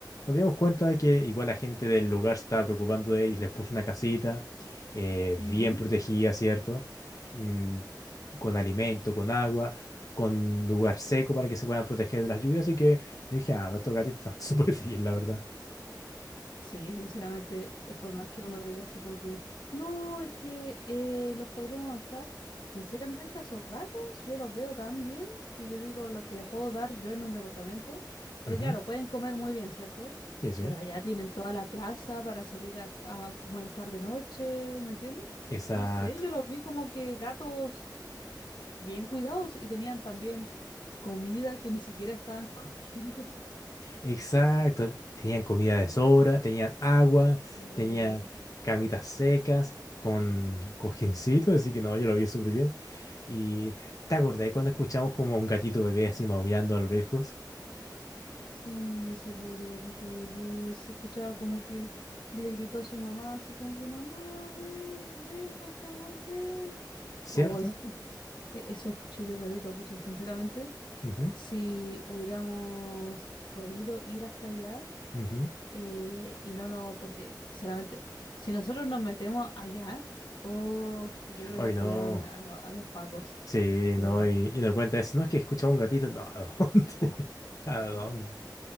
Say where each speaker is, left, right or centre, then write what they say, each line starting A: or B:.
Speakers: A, on the left (about 50°); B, on the left (about 80°).
A: nos dimos cuenta de que igual la gente del lugar se estaba preocupando de ellos, les puso una casita eh,
B: Ujú.
A: bien protegida, ¿cierto? Mm, con alimento, con agua, con lugar seco para que se puedan proteger de las lluvias. Así que yo dije, ah, no, estos gatitos están <laughs> súper bien, la verdad.
B: Sí, sinceramente, eh, por más que uno diga así como que, no, es que eh, los podríamos adoptar, sinceramente a esos gatos yo los veo tan bien que yo digo lo que le puedo dar yo en un departamento, porque
A: Ujú.
B: claro, pueden comer muy bien, ¿cierto?
A: Sí, sí.
B: Pero allá tienen toda la plaza para salir a, a molestar de noche, ¿me entiendes?
A: Exacto.
B: No sé, yo los vi como que gatos bien cuidados y tenían también comida que ni siquiera estaban <laughs> comiendo.
A: Exacto, tenían comida de sobra, tenían agua,
B: Sí.
A: tenían camitas secas con cojincito, así que no, yo lo vi súper bien. Y te acordás cuando escuchamos como a un gatito bebé así maullando a lo lejos,
B: Sí, ese pobre gatito bebé se escuchaba como que le gritó a su mamá, así como que, mamá, ven, ven, por favor, ven.
A: ¿cierto?
B: Oh, es- e- eso escuché yo clarito, pucha, sinceramente,
A: Ujú,
B: si hubiéramos podido ir hasta allá,
A: ujú.
B: eh, y no, no, porque, sinceramente, si nosotros nos metemos allá, uff, yo creo
A: Ay,
B: que hasta
A: no,
B: allá van a, a lo- a los pacos,
A: sí,
B: yo
A: no,
B: creo.
A: y, y no cuenta eso, no es que escuchamos un gatito, no, ¿a dónde? <laughs> ¿A dónde?